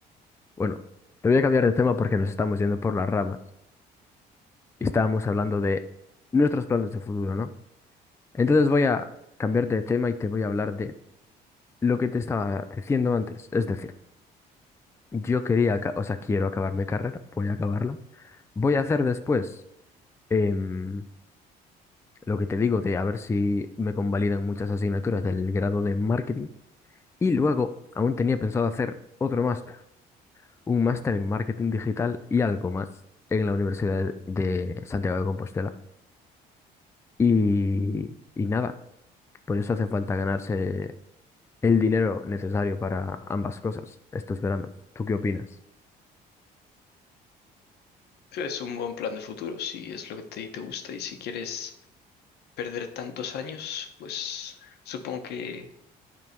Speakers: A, on the left; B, on the left.
A: Bueno, te voy a cambiar de tema porque nos estamos yendo por las ramas y estábamos hablando de nuestros planes de futuro, ¿no? Entonces voy a cambiar de tema y te voy a hablar de lo que te estaba diciendo antes. Es decir, yo quería, aca- o sea, quiero acabar mi carrera, voy a acabarla. Voy a hacer después em, lo que te digo de a ver si me convalidan muchas asignaturas del grado de marketing. Y luego, aún tenía pensado hacer otro máster, un máster en marketing digital y algo más en la Universidad de de Santiago de Compostela. Y, y nada, por eso hace falta ganarse el dinero necesario para ambas cosas estos veranos. ¿Tú qué opinas?
B: Creo que es un buen plan de futuro, si es lo que te, te gusta y si quieres perder tantos años, pues supongo que